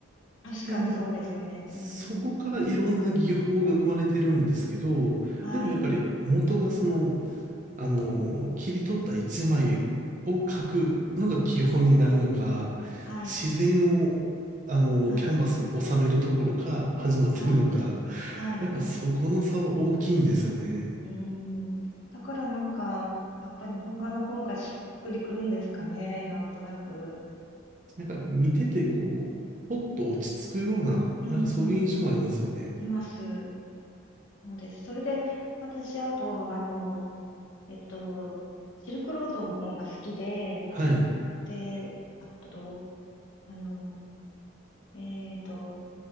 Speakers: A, on the left; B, on the right.
A: 確かにそうですよね、
B: で、そこからいろんな技法が生まれてるんですけど、
A: うん、はい、
B: でもやっぱり元がその、あの、切り取った一枚を描くのが基本になるのか、
A: はい、
B: 自然を、あの、
A: はい、
B: キャンバスに収めるところから始まってるのか、
A: はい、はい、
B: やっぱそこの差は大きいんですよね。
A: うん。だからなんか、やっぱ日本画の方がしっくりくるんですかね、なんとなく。
B: なんか見ててこう、
A: うん、
B: ほっと落ち着くような、
A: うん、
B: なんかそういう印象もありますよね。
A: うん。てます。そうです。それで、私、あと、あの、えっと、シルクロードの方が好きで、
B: はい。
A: で、あと、あの、えっと、